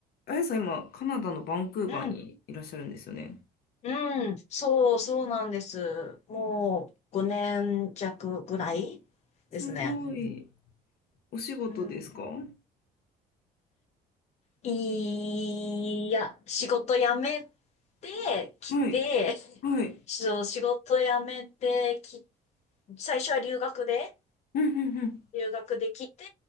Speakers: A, on the left (about 65°); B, on the left (about 40°).
A: あやさん、今、カナダのバンクーバーにいらっしゃるんですよね。
B: うん、うん、そう、そうなんです。もう5年弱ぐらいですね。
A: すごい。お仕事ですかは
B: うん、いや、仕事辞めてきて、
A: い。はい。
B: <laughs> そう仕事辞めてき、最初は留学で、
A: うんうんう
B: 留学できて、